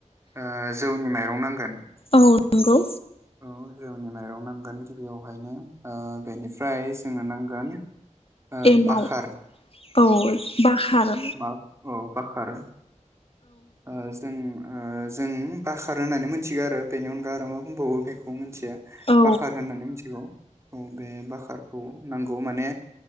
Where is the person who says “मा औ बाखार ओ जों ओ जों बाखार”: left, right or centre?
Right